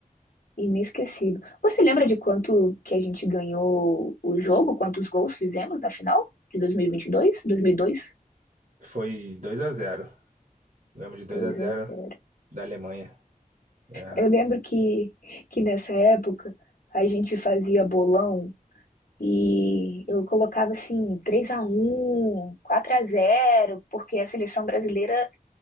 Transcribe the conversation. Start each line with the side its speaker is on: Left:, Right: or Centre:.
Left: Inesquecível. Você lembra de quanto que a gente ganhou o jogo? Quantos gols fizemos na final de 2022? 2002?
Right: Foi 2 a zero, Lembro de 2
Left: dois
Right: a zero
Left: dois mil e dois? dois a zero.
Right: da Alemanha. É,
Left: Eu lembro que, que nessa época a gente fazia bolão e eu colocava assim 3 a um, 4 a zero, porque a seleção brasileira